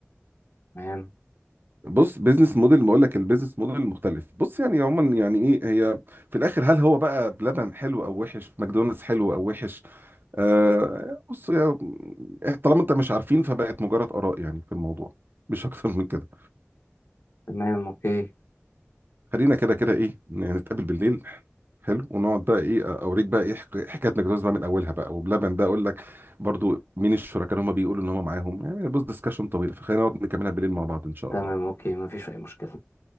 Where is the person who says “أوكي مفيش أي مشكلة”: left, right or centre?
Left